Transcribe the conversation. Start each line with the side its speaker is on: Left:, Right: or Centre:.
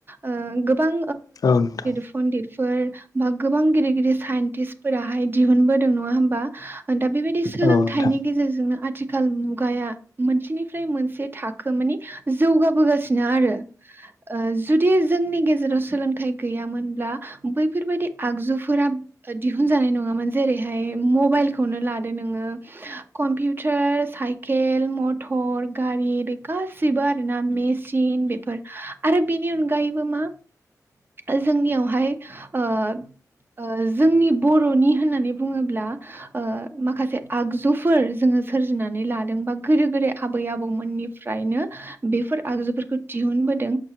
Right: ओ गोबां
Left: औ नोंथां।
Right: पन्दितफोर बा गोबां गिदिर गिदिर साइन्टिसफोराहाय दिहुनबोदों। नङा होमबा? दा बेबायदि सोलोंथाइनि
Left: औ नोंथां
Right: गेजेरजोंनो आथि खाल मुगाया मोनसेनिफ्राय मोनसे थाखो मानि जौगाबोगासिनो आरो। ओ जुदि जोंनि गेजेराव सोलोंथाइ गैयामोनब्ला बैफोरबायदि आगजुफोरा दिहुन जानाय नङामोन। जेरैहाय मबाइल खौनो लादो नोङो। कम्पिउटार, साइकेल, मटर, गारि गासिबो आरोना मेचिन बेफोर। आरो बेनि अनगायैबो मा ओ जोंनियावहाय ओ ओ जोंनि बर'नि होननानै बुङोब्ला ओ‌ माखासे आगजुफोर जोङो सोरजिनानै लादों बा गोदो गोदाय आबै आबौमोननिफ्रायनो बेफोर आगजुफोरखौ दिहुन बोदों।